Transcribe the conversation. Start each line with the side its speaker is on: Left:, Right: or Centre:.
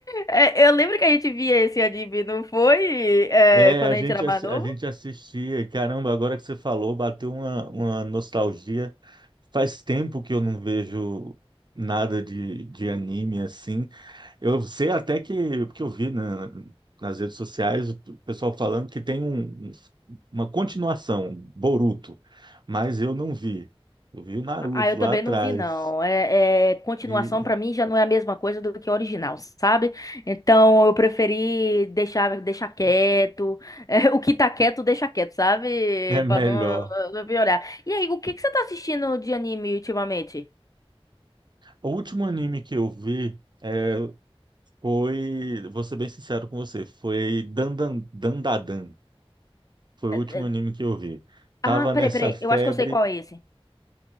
Left: É, eu lembro que a gente via esse anime, não foi? É,
Right: É,
Left: quando
Right: a gente,
Left: a gente era mais
Right: assi-
Left: novo?
Right: a gente assistia. Caramba, agora que você falou, bateu uma, uma nostalgia. Faz tempo que eu não vejo nada de, de anime assim. Eu sei até que, porque eu vi na- nas redes sociais o pessoal falando que tem um- uma continuação, Boruto, mas eu não vi. Eu vi o Naruto
Left: Ah, eu também
Right: lá atrás
Left: não vi, não. É, é, continuação
Right: e
Left: pra mim já não é a mesma coisa do que o original, sabe? Então eu preferi deixar, deixar quieto. É, o que tá quieto, deixa quieto, sabe?
Right: <laughs> é melhor.
Left: Pra não, não piorar. E aí, o que que você tá assistindo de anime ultimamente?
Right: O último anime que eu vi é, foi, vou ser bem sincero com você, foi Dandan, Dandadan. Foi
Left: É,
Right: o último
Left: é,
Right: anime que eu vi. Tava
Left: Ah, peraí,
Right: nessa
Left: peraí.
Right: febre,
Left: Eu acho que eu sei qual é esse.